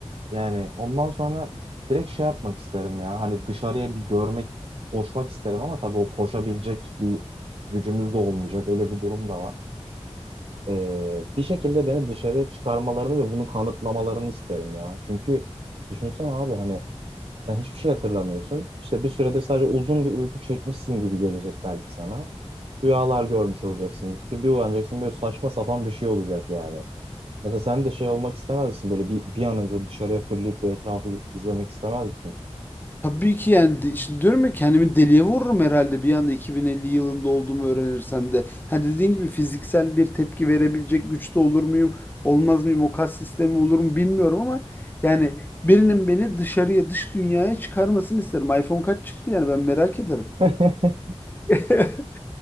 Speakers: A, on the right; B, on the left.
A: Yani ondan sonra direkt şey yapmak isterim ya. Hani dışarıya bir görmek, koşmak isterim ama tabii o koşabilecek bir gücümüz de olmayacak. Öyle bir durum da var. Ee, bir şekilde beni dışarıya çıkarmalarını ve bunu kanıtlamalarını isterim ya. Çünkü düşünsene abi hani sen hiçbir şey hatırlamıyorsun. İşte bir süredir sadece uzun bir uyku çekmişsin gibi gelecek belki sana. Rüyalar görmüş olacaksın. Üstü bir uyanacaksın böyle saçma sapan bir şey olacak yani. Mesela sen de şey olmak istemez misin? Böyle bir, bir an önce dışarıya fırlayıp bir etrafı izlemek istemez misin?
B: Tabii ki yani de- işte diyorum ya kendimi deliye vururum herhalde bir anda 2050 yılında olduğumu öğrenirsem de. Ha dediğin gibi fiziksel bir tepki verebilecek güçte olur muyum, olmaz mıyım, o kas sistemi olur mu bilmiyorum ama yani birinin beni dışarıya, dış dünyaya çıkarmasını isterim. iPhone kaç çıktı yani ben merak ederim.
A: <laughs>
B: <laughs>